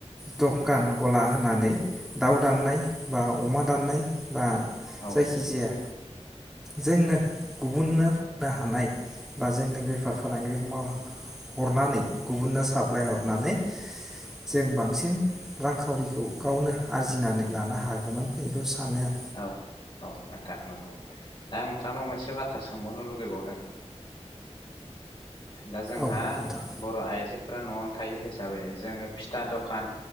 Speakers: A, in the centre; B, on the left.
A: दखान गला होनानै दाउ दाननाय बा अमा दाननाय बा
B: औ
A: जायखिजाया जोंनो गुबुननो नो हानाय बा जोंनो बेफार फालांगि माव हरनानै गुबुननो साप्लाइ हरनानै जों बांसिन रांखावरिखौ गावनो आरजिनानै लानो हागौमोन इखौ सानो। आं
B: औ-औ नोंथां नंगौ दा नोंथांनाव मोनसे बाथ्रा सोंबावनो लुगैबावदों। दा जोंहा
A: औ नोंथां
B: बर' आइजोफोरा नआवनो थायो हिसाबै जोङो फिथा दखान